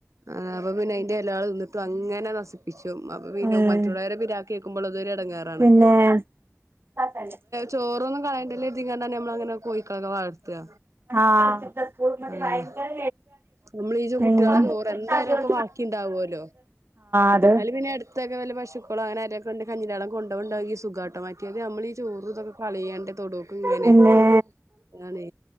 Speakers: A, on the right (about 70°); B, on the right (about 45°).
A: ആ അപ്പൊ പിന്നെ അയിന്റെ എല്ലാൾ നിന്നിട്ടും അങ്ങനെ നശിപ്പിച്ചും അപ്പ പിന്നെ
B: ഉം
A: മറ്റുള്ളവരെ പി കേൾക്കുമ്പോൾ അതൊരി ഇടങ്ങാറാണ്
B: <inaudible>
A: ചോറോന്നും കളേണ്ടില്ല ഇതിങ്ങാണ്ടന്നെ നമ്മള അങ്ങനെ കോഴക്കൊക്കെ വളർത്തുക
B: ആ <unintelligible>
A: അങ്ങനെ
B: ഭയങ്കര
A: നമ്മള് ഈ
B: എ <unintelligible>
A: കുട്ടികളെ ചോറ് എന്തായാലും ഒക്കെ ബാക്കി ഉണ്ടാവുമല്ലോ
B: അത്
A: അതില് പിന്നെ അടുത്തൊക്കെ വല പശുക്കളും അങ്ങനെ ഇണ്ട് കഞ്ഞടം കൊണ്ട കൊണ്ടണ്ട് ഈ സുഖഘട്ടമായി ത് നമ്മളീ ഈ ചോറ് ഇതൊക്കെ കളിയണ്ട തൊടുക്കും ഇങ്ങനെ
B: പിന്നെ
A: അതാണ്